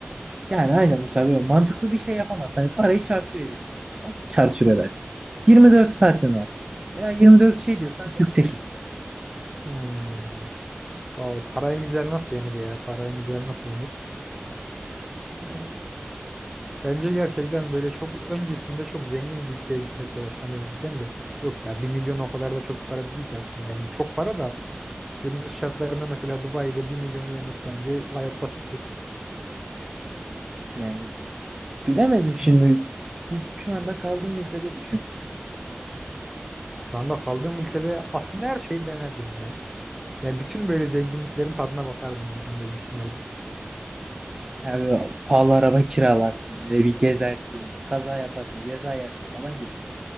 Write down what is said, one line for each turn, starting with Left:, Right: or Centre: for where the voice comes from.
Right: Yani aynen mesela böyle mantıklı bir şey yapamazsın. Hani parayı çarçur edeceksin. Nasıl çarçur edersin? 24 saatin var. Veya 24 şey diyorsan 48.
Centre: Hmm. O para en güzel nasıl yenir ya? Para en güzel nasıl yenir? Ee, bence gerçekten böyle çok öncesinde çok zengin bir ülkeye gitmekle başlanır diyeceğim de yok ya bir milyon o kadar da çok para değil ki aslında. Yani çok para da günümüz şartlarında mesela Dubai'de bir milyonu yemek bence gayet basittir.
Right: Yani bilemedim şimdi. Bu, şu anda kaldığın ülkede düşün.
Centre: Şu anda kaldığım ülkede aslında her şeyi denerdim ya. Yani bütün böyle zenginliklerin tadına bakardım bir günde büyük ihtimalle.
Right: Yani böyle pahalı araba kiralarsın. Öyle bir gezersin. Kaza yaparsın. Ceza yersin falan gibi.